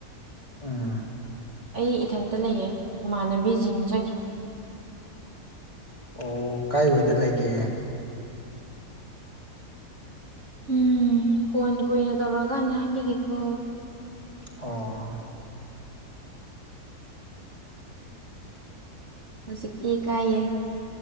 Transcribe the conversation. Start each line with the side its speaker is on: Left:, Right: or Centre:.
Left: ꯎꯝ
Right: ꯑꯩ ꯏꯊꯟꯇ ꯂꯩꯌꯦ ꯏꯃꯥꯟꯅꯕꯤ ꯖꯤꯝꯁ
Left: ꯑꯣ ꯀꯥꯏ ꯋꯥꯗ ꯂꯩꯒꯦ
Right: ꯎꯝ ꯐꯣꯟ ꯀꯨꯏꯅ ꯇꯧꯔꯛꯑꯀꯥꯟꯗ ꯍꯥꯏꯕꯤꯒꯦꯀꯣ
Left: ꯑꯣ
Right: ꯍꯧꯖꯤꯛꯇꯤ ꯏꯀꯥꯏꯌꯦ